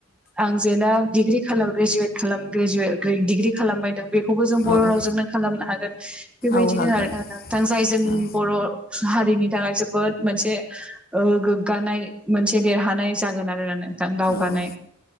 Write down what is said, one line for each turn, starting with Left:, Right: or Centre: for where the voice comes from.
Centre: आं जे दा डिग्रि खालाम ग्रेजुयेट खालाम्रेजु डिग्रि खालामबायदोंं बेखौबो जों बर'
Left: औ औ
Centre: रावजोंनो खालामनो हागोन बेबायदिनो
Left: औ हागोन
Centre: आरो दा नोंथां जायजों
Left: औ
Centre: बर' हारिनि थाखाय जोबोद मोनसे गोग्गानाय मोनसे देरहानाय जागोन आरो ना। दावगानाय
Left: औ